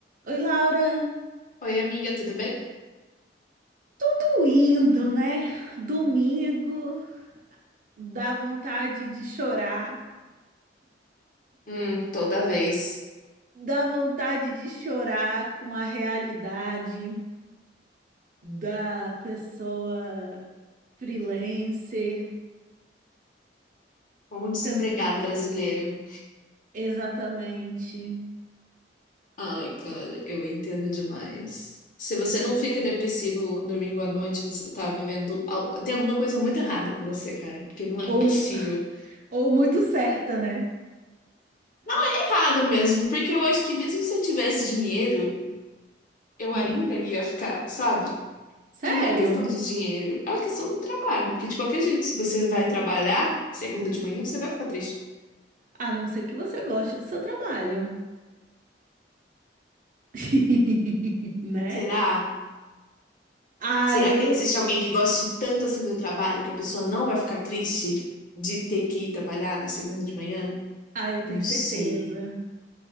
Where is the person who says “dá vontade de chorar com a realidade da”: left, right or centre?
Right